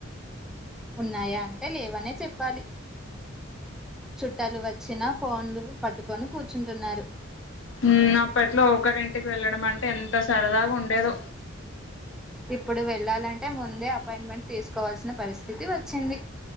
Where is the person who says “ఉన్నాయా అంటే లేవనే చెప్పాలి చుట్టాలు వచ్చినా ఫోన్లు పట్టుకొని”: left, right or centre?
Centre